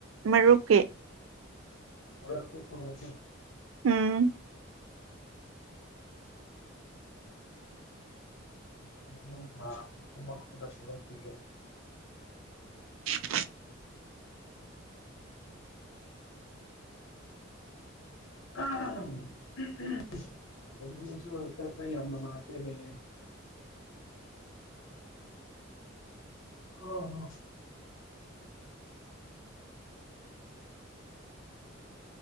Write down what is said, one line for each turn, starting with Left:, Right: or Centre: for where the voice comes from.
Right: ꯃꯔꯨꯞꯀꯤ
Left: ꯄꯨꯔꯛꯀꯦ ꯄꯨꯔꯛꯀꯦ
Right: ꯎꯝ
Left: ꯃꯊꯪ ꯊꯥ ꯀꯨꯝꯃꯛꯄꯗ ꯄꯨꯔꯛꯄꯤꯒꯦ
Right: <inaudible>
Left: <inaudible> ꯂꯝꯕꯤꯁꯨ ꯆꯠꯄ ꯌꯥꯝ ꯅꯨꯡꯉꯥꯏꯇꯦꯅꯦ ꯍ ꯍ